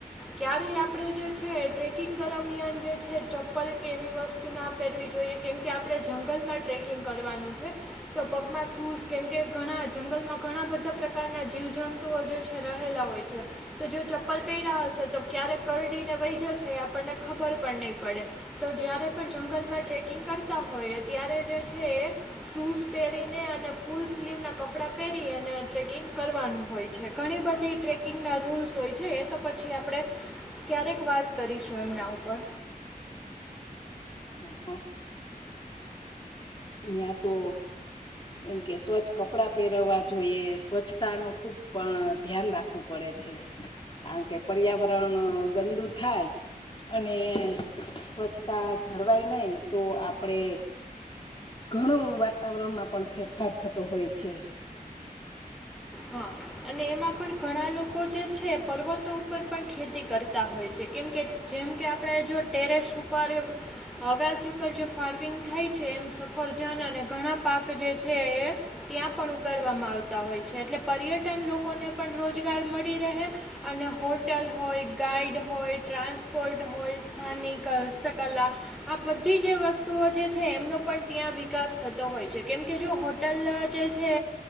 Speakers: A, in the centre; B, on the left.
A: ક્યારે આપડે જે છે ટ્રેકિંગ દરમિયાન જે છે ચપ્પલ કે એવી વસ્તુ ના પેરવી જોઈએ કેમ કે આપડે જંગલમાં ટ્રેકિંગ કરવાનું છે તો પગમાં શૂઝ કેમ કે ઘણા જંગલમાં ઘણા બધા પ્રકારના જીવજંતુઓ જે છે એ રહેલા હોય છે તો જો ચપ્પલ પેયરા હશે તો ક્યારેક કરડીને વઈ જશે એ આપડને ખબર પણ નઈ પડે. તો જયારે પણ જંગલમાં ટ્રેકિંગ કર તા હોયે, ત્યારે જે છે એ શૂઝ પહેરીને અને ફૂલ સ્લીવના કપડા પહેરી અને ટ્રેકિંગ કરવાનું હોય છે. ઘણી બધી ટ્રેકિંગના રૂલ્સ હોય છે એ તો પછી આપડે ક્યારેક વાત કરીશું એમના ઉપર.
B: અ હન. ન્યા તો એમ કે સ્વચ્છ કપડાં પહેરવા જોઈએ, સ્વચ્છતાનો ખુબ પણ ધ્યાન રાખ વુ પડે છે. કારણ કે, પર્યાવરણ ગંદુ થાય અને સ્વચ્છતા જળવાય નઈ તો આપડે ઘણું વાતાવરણમાં પણ ફેરફાર થતો હોય છે.
A: હા. અને એમાં પણ ઘણા લોકો જે છે, પર્વતો ઉપર પણ ખેતી કરતા હોય છે કેમ કે જેમ કે આપડે જો ટેરેસ ઉપર અગાસ ઉપર જે ફાર્મિંગ થાય છે, એમ સફરજન અને ઘણા પાક જે છે એ ત્યાં પણ ઉગાડવામાં આવતા હોય છે, એટલે પર્યટન લોકોને પણ રોજગાર મળી રહે અને હોટલ હોય, ગાઈડ હોય, ટ્રાન્સપોર્ટ હોય, સ્થાનિક હસ્તકલા આ બધી જે વસ્તુઓ જે છે એમનો પણ ત્યાં વિકાસ થતો હોય છે કેમકે જો હો લ જે છે